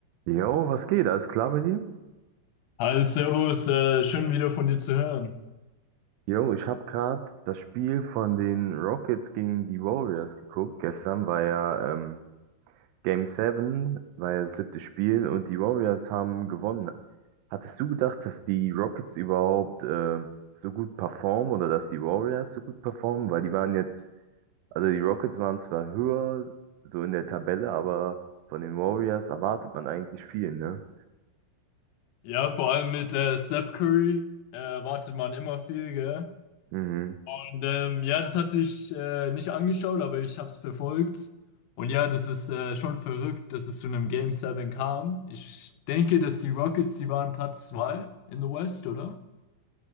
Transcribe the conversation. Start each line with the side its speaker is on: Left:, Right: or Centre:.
Right: Jo, was geht? Alles klar bei dir?
Left: Hi, Servus, äh, schön wieder von dir zu hören.
Right: Jo, ich habe gerade das Spiel von den Rockets gegen die Warriors geguckt. Gestern war ja ähm, Game 7, war ja das siebte Spiel und die Warriors haben gewonnen. Hattest du gedacht, dass die Rockets überhaupt äh, so gut performen oder dass die Warriors so gut performen? Weil die waren jetzt, also die Rockets waren zwar höher so in der Tabelle, aber von den Warriors erwartet man eigentlich viel, ne?
Left: Ja, vor allem mit äh, Steph Curry äh, erwartet man immer viel, gell?
Right: Mhm.
Left: Und ähm, ja, das hatte ich äh, nicht angeschaut, aber ich habe es verfolgt. Und ja, das ist äh, schon verrückt, dass es zu einem Game 7 kam. Ich denke, dass die Rockets, die waren Platz 2 in the West, oder?